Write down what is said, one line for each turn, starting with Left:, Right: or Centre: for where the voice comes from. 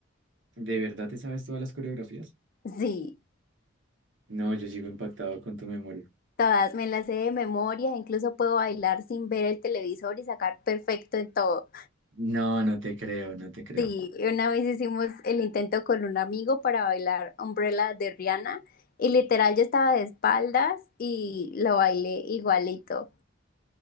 Right: ¿De verdad te sabes todas las coreografías?
Left: Sí,
Right: No, yo sigo impactado con tu memoria.
Left: todas me las sé de memoria, incluso puedo bailar sin ver el televisor y sacar perfecto en todo.
Right: No, no te creo, no te creo.
Left: Sí,
Right: <laughs>
Left: una vez hicimos el intento con un amigo para bailar Umbrella de Rihanna y literal yo estaba de espaldas y lo bailé igualito.